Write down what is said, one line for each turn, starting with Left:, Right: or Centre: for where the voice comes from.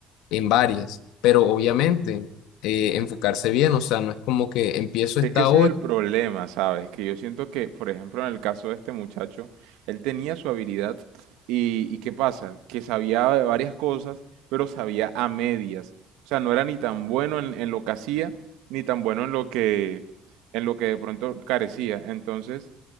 Left: en varias, pero obviamente eh, enfocarse bien, o sea, no es como que empiezo esta
Right: Es que ese
Left: hoy,
Right: es el problema, ¿sabes? Que yo siento que, por ejemplo, en el caso de este muchacho, él tenía su habilidad y, ¿y qué pasa? Que sabía de varias cosas, pero sabía a medias. O sea, no era ni tan bueno en, en lo que hacía, ni tan bueno en lo que, en lo que de pronto carecía. Entonces,